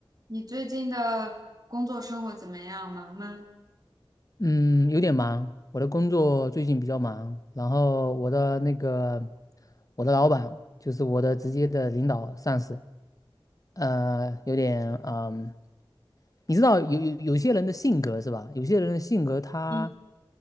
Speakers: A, on the right; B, on the left.
A: 你最近的工作生活怎么样？忙吗？
B: 嗯，有点忙，我的工作最近比较忙，然后我的那个我的老板就是我的直接的领导上司，呃，有点嗯，你知道有有有些人的性格是吧？有些人的性格他
A: 嗯